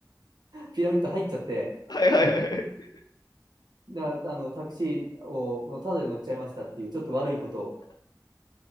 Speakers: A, on the right (about 75°); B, on the left (about 70°).
A: の、<laughs> ピラミッド入っちゃって、
B: はいはいはいはいはいはいはい
A: な、あの、タクシーをタダで乗っちゃいましたっていう、ちょっと悪いことを、